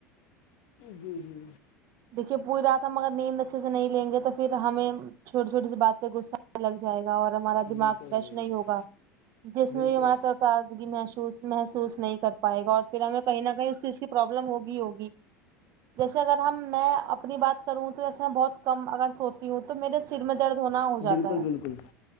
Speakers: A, on the left; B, on the right.
A: جی جی
B: دیکھیے پوری رات ہم اگر نیند اچھے سے نہیں لیں گے تو پھر ہمیں چھوٹی چھوٹی سی بات پہ غصہ آنے لگ جائے گا اور ہمارا دماغ
A: بالکل
B: فریش
A: بالکل
B: نہیں ہوگا جس میں
A: بالکل
B: بھی تب تازگی محسوس محسوس نہیں کر پائے گا اور پھر ہمیں کہیں نہ کہیں اس چیز کی پروابلم ہوگی ہوگی جیسے اگر ہم میں اپنی بات کروں تو ایسے میں بہت کم اگر سوتی ہوں تو تو میرے سر میں درد ہونا ہو
A: بالکل
B: جاتا ہے
A: بالکل